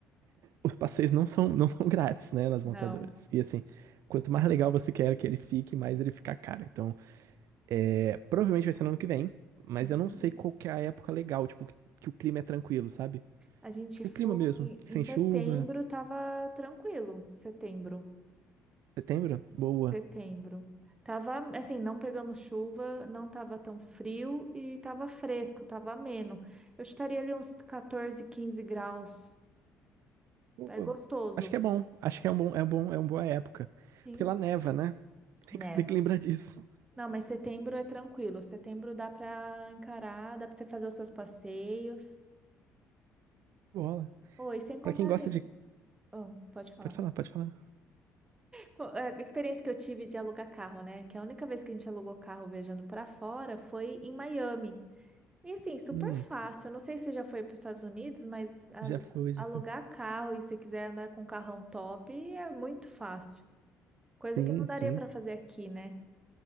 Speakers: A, on the right; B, on the right.
A: os passeios não são, não são <laughs> grátis, né, nas
B: não.
A: montadoras. E assim, quanto mais legal você quer que ele fique, mais ele fica caro. Então, É, provavelmente vai ser no ano que vem, mas
B: Uhum.
A: eu não sei qual que é a época legal, tipo, que, que o clima é tranquilo, sabe?
B: A gente
A: Tipo,
B: foi
A: o clima mesmo, sem
B: em setembro,
A: chuva,
B: tava tranquilo. Setembro,
A: setembro, boa.
B: setembro. Tava, assim, não pegamos chuva, não tava tão frio e tava fresco, tava ameno. Eu estaria ali uns 14, 15 graus.
A: Pô,
B: É gostoso.
A: Acho que é bom, acho que é um bom, é um bom, é uma boa época.
B: Sim.
A: Porque lá neva, né? <laughs> Tem
B: Neva.
A: que, tem que lembrar disso.
B: Não, mas setembro é tranquilo. Setembro dá pra encarar, dá pra você fazer os seus passeios.
A: Bola.
B: Oi, sem contar
A: Pra quem gosta
B: assim.
A: de.
B: Oh, pode falar.
A: Pode falar, pode falar.
B: Co- é, A experiência que eu tive de alugar carro, né? Que a única vez que a gente alugou carro viajando pra fora foi em Miami. E assim, super
A: Hum,
B: fácil. Eu não sei se você já foi para os Estados Unidos, mas a-
A: já foi, já
B: alugar
A: foi.
B: carro e se quiser andar com um carrão top é muito fácil. Coisa
A: Sim,
B: que não daria
A: sim.
B: pra fazer aqui, né?